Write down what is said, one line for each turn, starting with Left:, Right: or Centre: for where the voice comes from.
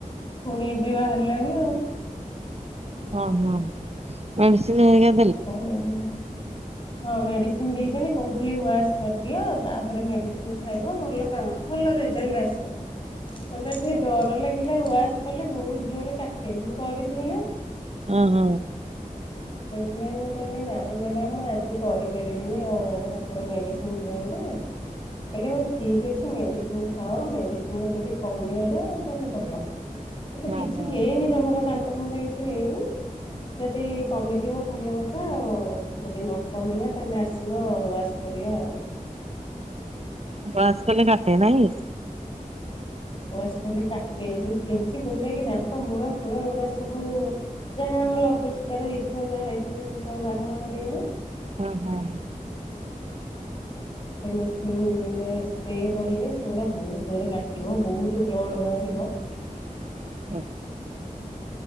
Left: ପୁଣି ଏବେ ବାହାରିଲାଣି ଆଉ।
Right: ହଁ ହଁ ମେଡିସିନ୍ ହରିକା।
Left: କାଇଁ। ହଁ ମେଡିସିନ ଦେଇଛନ୍ତି କହୁଥିଲେ ୱାସ କରିଦିଅ ତାପରେ ମେଡିସିନ ଖାଇବ ଭଲ କାମ। ଭଲ ରେଜଲ୍ଟ ଆସିବ। ମତେ ଟିକେ ଡର ଲାଗିଲା ୱାସ କଲେ ବହୁତ ଜୋରରେ କାଟେ ମୁଁ କରିଥିଲି ନା।
Right: ଅ ହ।
Left: ସେଥିପାଇଁ ମୁଁ କହିଲି ନାଇଁ ମ୍ୟାଡ଼ାମ ମୁ ଆଜି କରି ପାରିବିନି ଆଉ ଆପଣ ମେଡିସିନ ଦିଅନ୍ତୁ।
Right: ହ
Left: କହିଲେ ହଉ ଠିକ୍ ଅଛି ମେଡିସିନ ଖାଅ ମେଡିସିନ ରେ ଯଦି କମିଗଲେ ତାହେଲେ ଭଲ। ଏଲେ କିଛି
Right: ଓହୋ
Left: ହେଇନି ତମର ଦାନ୍ତ ଫାନ୍ତ କିଛି ହେଇନି ଯଦି। କମିଯିବ ଭଲ କଥା ଆଉ ଯଦି ନ କମିଲା ତାହେଲେ ଆସିବ ୱାସ କରିବା ଆଉ।
Right: ୱାସ୍ କେଲେ କାଟେ ନାହିଁ।
Left: ବ୍ରସ କଲେ କାଟେ ଯୋଉ କେଞ୍ଚି କୁଞ୍ଚେଇକି ଦାନ୍ତ ମୂଳ ଫୂଳ ଏଗୁଡା ସବୁ। ଯାହା ଆମର ଅପରିଷ୍କାର ହେଇଥିବ ଯାହା ହେଇଥିବ ସେ ସବୁ ବାହାର କରିବେ ବା।
Right: ହଁ ହଁ।
Left: ସେ ଗୋଟେ ମେସିନ ସ୍ପ୍ରେ କରିବେ ସେଗୁଡା ବହୁତ ଜୋରରେ କାଟିବ ବହୁତ୍ ବ୍ଳ ଡ ବାହାରିବ।
Right: <inaudible>